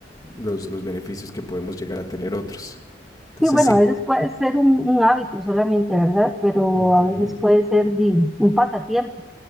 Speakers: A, on the left; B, in the centre.
A: los, los beneficios que podemos llegar a tener otros. Entonces
B: Sí, bueno,
A: sí.
B: a veces puede ser un, un hábito solamente, ¿verdad? Pero
A: ujú,
B: a veces puede ser di, un pasatiempo